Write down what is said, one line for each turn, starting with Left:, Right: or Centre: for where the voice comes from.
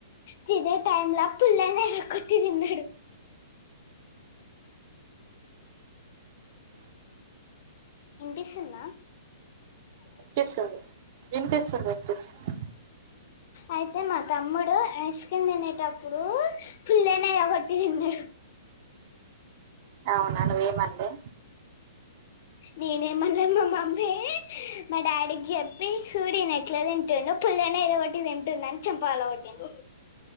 Left: తినే టైమ్ లా పుల్లలు ఎరుకుంటూ తిన్నాడు
Right: <unintelligible>
Left: ఇనిపిస్తుందా
Right: పిస్తుంది వినిపిస్తుంది వినిపిస్తుంది
Left: అయితే మా తమ్ముడు ఐస్ క్రీమ్ తినేట ప్పుడు పుల్లలేరబట్టి తిన్నడు
Right: అవునా నువ్వేమన్లే
Left: నేనేమన్లే మా మమ్మీ మా డాడీకి చెప్పి చూడు ఈనె ఎట్లా తింటుండు పుల్లలేరగొట్టి తింటుండని చెంప పగలకోట్టిండు